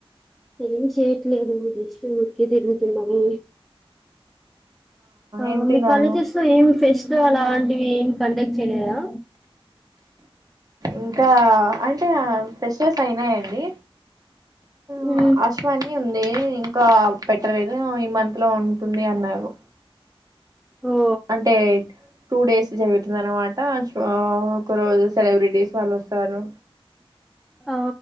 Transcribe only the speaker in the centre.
ఏం చేయట్లేదు జస్ట్ ఊరికే తిరుగుతున్నాను ఆ
మీ
కాలేజెస్ లో ఎం ఫెస్టివల్ ఆ వి ఏం కండక్ట్ చేయలేదా
ఉమ్
ఓ
ఆ